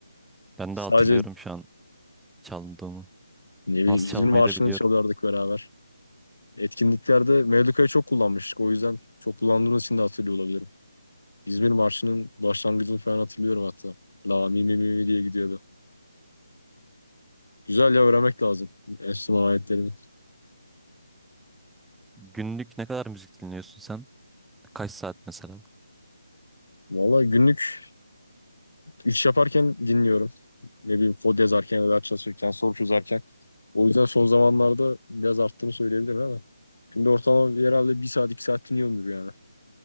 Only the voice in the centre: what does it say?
Ben
de hatırlıyorum şu an çaldığımı.
Nasıl
çalmayı
da biliyorum.
Günlük ne kadar müzik dinliyorsun sen? Kaç saat mesela?